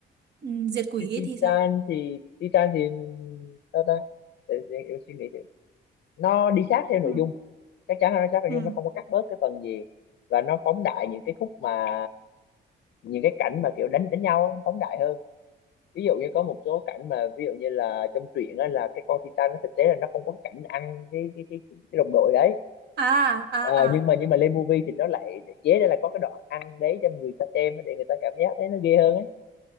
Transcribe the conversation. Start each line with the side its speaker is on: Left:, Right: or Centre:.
Right: ừ, Diệt Quỷ
Left: Ti- Titan
Right: ấy thì sao
Left: thì Titan thì sao ta để, để, em suy nghĩ thử nó đi sát theo nội
Right: ừ
Left: dung chắc chắn là nó sát nội
Right: ừ
Left: dung nó không có cắt bớt cái phần gì và nó phóng đại những cái khúc mà những cái cảnh mà kiểu đánh đánh nhau á, nó phóng đại hơn ví dụ như có một số cảnh mà ví dụ như là trong truyện á, là cái con Titan nó thực tế là nó không có cảnh ăn cái cái cái, cái, cái đồng đội đấy
Right: à à
Left: Ờ,
Right: à
Left: nhưng mà nhưng mà lên movie thì nó lại lại chế ra là có cái đoạn ăn đấy cho người ta xem á, để người ta cảm giác thấy nó ghê hơn ấy